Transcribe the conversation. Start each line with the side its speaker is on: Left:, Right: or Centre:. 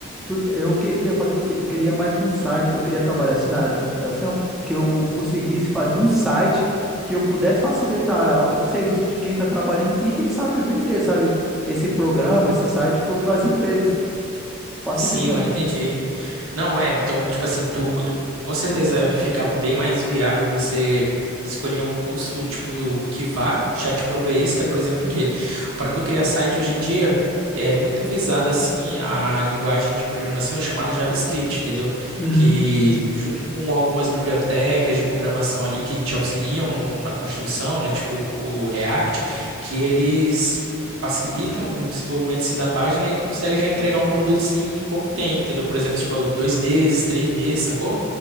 Centre: tu- Eu queria fazer o quê? Eu queria mais para um site, eu queria trabalhar assim na área da computação, que eu conseguisse fazer um site que eu pudesse facilitar o serviço de quem está trabalhando e quem sabe vender, sabe? Esse programa, esse site para as empresas, facilitando.
Right: sim, mano, entendi. Não, é, então, tipo assim, tu, tu com certeza fica bem mais viável você escolher um curso, tipo, que vá já te prover isso, que é, por exemplo,
Centre: Uhum,
Right: que para tu criar site hoje em dia é muito visada, assim, a linguagem de programação chamada JavaScript, entendeu?
Centre: uhum,
Right: Que junto com algumas bibliotecas de programação ali que te auxiliam no- na construção, né, tipo o React, que eles facilitam
Centre: uhum.
Right: o desenvolvimento assim, da página e tu consegue já entregar um produto sim em pouco tempo, entendeu? Por exemplo, tipo, dois meses, três meses, sacou?